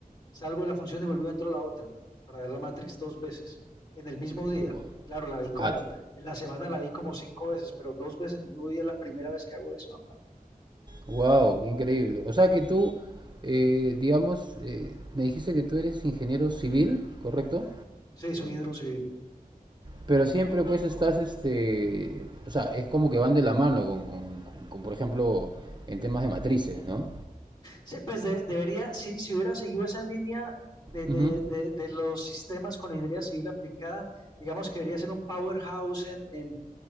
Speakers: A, on the left; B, on the right.
A: Salgo de la función y volví dentro de la otra para ver la Matrix dos veces en el mismo día.
B: Wow,
A: Claro, la vi como,
B: ah,
A: en la semana la vi como cinco veces, pero dos veces en el mismo día es la primera vez que hago eso.
B: wow, qué increíble. O sea que tú, eh, digamos, eh, me dijiste que tú eres ingeniero civil, ¿correcto?
A: Sí, soy ingeniero civil.
B: Pero siempre pues estás, este, o sea, es como que van de la mano con, con- con- con, por ejemplo, en temas de matrices, ¿no?
A: Sí, pues de- debería, si, si hubiera seguido esa línea de, de-
B: Ujú,
A: de- de los sistemas con la ingeniería civil aplicada, digamos que debería ser un powerhouse en, en-